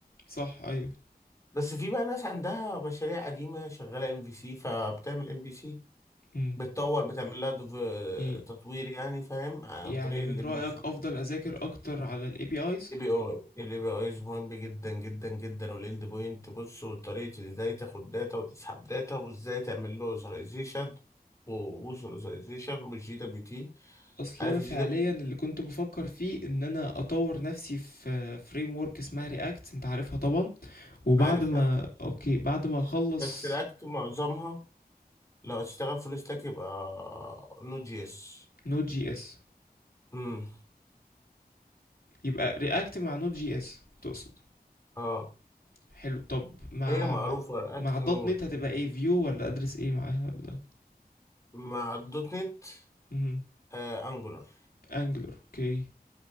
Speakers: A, on the left; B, on the left.
A: صح ايوه
B: بس في بقى ناس عندها مشاريع قديمة شغالة ام في سي فبتعمل ام في سي
A: مم.
B: بتطور بتعمل لها دف-
A: ي-
B: تطوير يعني فاهم عن
A: يعني
B: طريق
A: من
B: الام
A: رأيك
B: في سي
A: افضل اذاكر اكتر على الاي بي ايز
B: الاي بي اي الاي بي اي مهم جدا جدا جدا والاند بوينت بص وطريقه ازاي تاخد داتا وتسحب داتا وازاي تعمل له اوثرايزيشن ووصل اوثرايزيشن والجي دبليو تي
A: اصلا
B: عارف
A: انا فعليا
B: الجي دبليو تي
A: اللي كنت بفكر فيه ان انا اطور نفسي في فريم ورك اسمها رياكت انت عارفها طبعا وبعد
B: عارف
A: ما
B: رياكت
A: اوكي بعد ما اخلص
B: بس رياكت معظمها لو هتشتغل فول ستاك يبقى نود جي اس
A: نوت جي اس
B: امم
A: يبقى رياكت مع نوت جي اس تقصد
B: اه
A: حلو طب مع
B: هي معروفه
A: مع,
B: رياكت
A: مع دوت
B: نود
A: نت هتبقى ايه فيو ولا ادرس ايه معاها ولا
B: مع الدوت نت
A: مم.
B: آه انجولار
A: انجلر اوكي